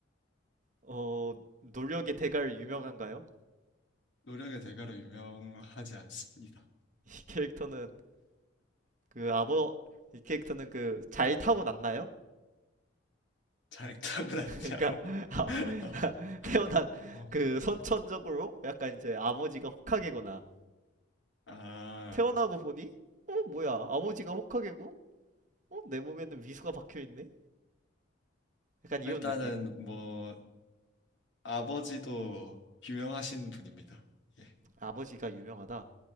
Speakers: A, on the right; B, on the left.
A: 어, 노력의 대가로 유명한가요?
B: 노력의 대가로 유명하지 않습니다.
A: 이 캐릭터는 그 아버 이 캐릭터는 그 잘 타고났나요?
B: 잘 타고났냐고?
A: 그러니까 <laughs> 아,
B: <laughs>
A: 태어난
B: 어, 어.
A: 그 선천적으로 약간 이제 아버지가 호카게거나
B: 아
A: 태어나고 보니 어 뭐야 아버지가 호카게고 어 내 몸에는 미수가 박혀 있네 약간
B: 일단은
A: 이런 느낌
B: 뭐 아버지도 유명하신 분입니다. 예.
A: 아버지가 유명하다